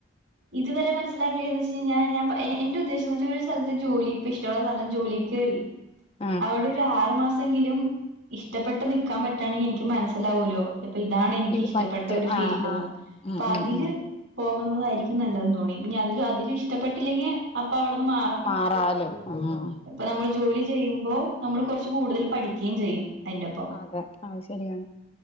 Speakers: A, on the right; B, on the left.
A: ഇതുവരെ മനസ്സിലാക്കിയന്ന് വെച്ച് കഴിഞ്ഞാ ഞാൻ എന്റെ ഉദേശ്യം ഈ ഒരു സ്ഥലത്ത് ജോലി ഇപ്പ ഇഷ്ടമുള്ള സ്ഥലം ജോലി കയറി
B: ആഹ്
A: അവിടെ ഒരു ആറു മാസ് എങ്കിലും ഇഷ്ടപ്പെട്ട് നിൽക്കാൻ പറ്റാണെങ്കിൽ എനിക്ക് മനസ്സിലാവൂല്ലോ ഇപ്പൊ ഇതാണ് എനിക്ക്
B: ഇത്
A: ഇഷ്ടപ്പെട്ട
B: പറ്റും
A: ഒരു ഫീൽഡ്ന്ന്
B: ആഹ് ആഹ് ഉം
A: അപ്പൊ അതില്
B: ഉം ഉം
A: പോകുന്നതായിരിക്കും നല്ലതെന്ന് തോന്നി ഇനി അതി അതില് ഇഷ്ടപ്പെട്ടില്ലെങ്കിൽ അപ്പൊ അവടെന്ന് മാ
B: മാറാലും ആഹ്
A: ഇപ്പൊ നമ്മൾ ജോലി ചെയ്യുമ്പോ നമ്മൾ കുറച്ച് കൂടുതൽ പഠിക്കേം ചെയ്യും അതിന്റൊപ്പം
B: അതെ അത് ശരിയാണ്